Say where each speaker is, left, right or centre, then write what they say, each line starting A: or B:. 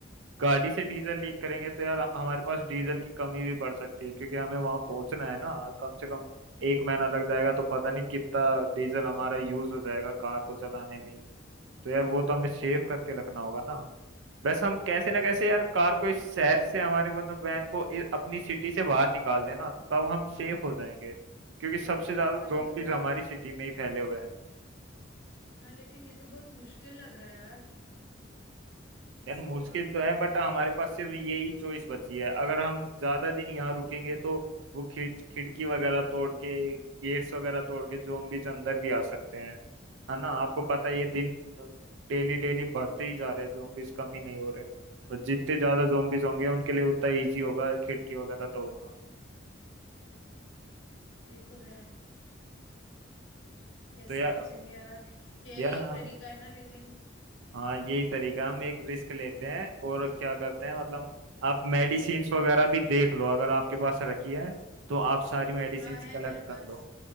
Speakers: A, on the right (about 75°); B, on the left (about 75°).
A: गाड़ी से डीजल लीक करेंगे तो यार हमारे पास डीजल की कमी भी पड़ सकती है क्योंकि हमें वहां पहुंचना है ना कम से कम एक महीना लग जाएगा तो पता नहीं कितना डीजल हमारा यूज हो जाएगा कार को चलाने में ही। तो यार वो तो हमें सेव करके रखना होगा ना बस हम कैसे ना कैसे यार कार को इस शहर से हमारे मतलब वैन को इ- अपनी सिटी से बाहर निकाल देना तब हम सेफ हो जाएंगे क्योंकि सबसे ज्यादा
B: पर
A: जोम्बीज
B: ये तो बहुत
A: हमारी सिटी में ही फैले हुए हैं
B: हाँ लेकिन ये तो बहुत मुश्किल लग रहा है यार कैसे
A: यार मुश्किल
B: होगा
A: तो है बट हमारे पास सिर्फ यही चॉइस बची है अगर हम ज्यादा दिन यहाँ रुकेंगे तो वो खिड़ खिड़की वगैरह तोड़ के गेट्स वगैरह तोड़ के zombies अंदर भी आ सकते हैं है ना आपको पता है ये दिन डेली डेली बढ़ते ही जा रहे हैं zombies कम ही नहीं हो रहे और जितने ज्यादा zombies होंगे उनके लिए उतना इजी होगा खिड़की वगैरह तोड़ना
B: ये तो है कैसे
A: तो यार
B: बचेंगे यार यही
A: यार
B: एक
A: हाँ
B: तरीका है ना लेकिन
A: हाँ यही तरीका हम एक रिस्क लेते हैं और क्या करते हैं मतलब आप मेडिसिन्स वगैरह भी देख लो अगर आपके पास रखी है तो आप सारी मेडिसिन्स
B: हाँ है
A: कलेक्ट
B: मेरे
A: कर
B: पास
A: लो